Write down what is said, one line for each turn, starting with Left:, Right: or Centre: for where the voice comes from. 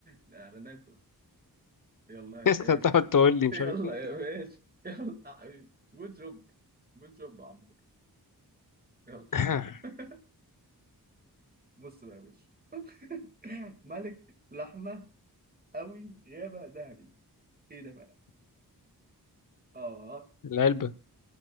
Right: الإعلانات يلا
Left: لسه
Right: يا باشا
Left: بتقعد تقول لي مش
Right: يلا
Left: عارف ايه
Right: يا باشا يلا يا حبيبي جود جوب جود جوب يا عمرو يلا
Left: <coughs>
Right: <laughs> بص بقى يا باشا <laughs> ملك لحمة أوي غابة ذهبي إيه ده بقى؟ آه
Left: العلبة